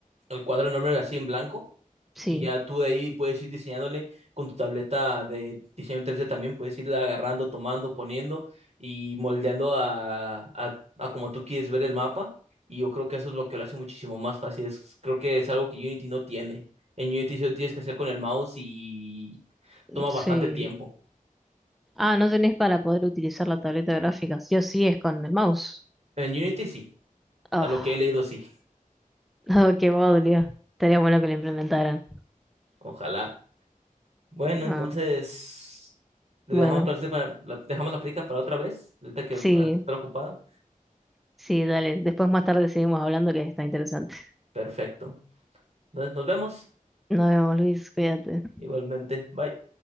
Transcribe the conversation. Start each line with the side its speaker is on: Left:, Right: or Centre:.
Right: el cuadro enorme así en blanco.
Centre: Sí,
Right: Y ya tú de ahí puedes ir diseñándole con tu tableta de diseño 3D también, puedes irla agarrando, tomando, poniendo y moldeando a, a, a como tú quieres ver el mapa. Y yo creo que eso es lo que lo hace muchísimo más fácil. Es, creo que es algo que Unity no tiene. En Unity sí lo tienes que hacer con el mouse y toma
Centre: sí.
Right: bastante tiempo.
Centre: Ah, no tenés para poder utilizar la tableta gráfica. Sí o sí es con el mouse.
Right: En Unity sí,
Centre: Ah,
Right: a lo que he leído sí.
Centre: <laughs> qué bodrio. Estaría bueno que lo implementaran.
Right: Ojalá. Bueno, entonces
Centre: Ah,
Right: le
Centre: bueno,
Right: dejamos, para, para- la, dejamos la plática para otra vez, ahorita que
Centre: sí,
Right: va a estar ocupada.
Centre: sí, dale. Después más tarde seguimos hablando que está interesante.
Right: Perfecto. Entonces, nos vemos.
Centre: Nos vemos, Luis, cuídate.
Right: Igualmente. Bye.